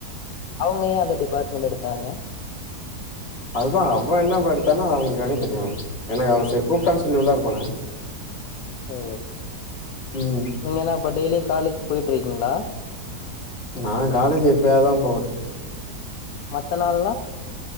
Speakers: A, on the left; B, on the left.
A: அவுங்க ஏ அந்த டிபார்ட்மெண்ட் எடுத்தாங்க
B: அதா அவன் என்ன படுத்தான்னா அ அவங்களுக்காக தெரியு எனக்கு அவ சரி கூப்பிட்டான் சொல்லி உள்ளாரப் போனே
A: ஓ
B: ம்
A: நீங்க என்ன இப்ப டெய்லியு காலேஜ் போயிட்டு இருக்கீங்களா
B: நா காலேஜ் எப்பயாதா போவே
A: மத்த நாள்லா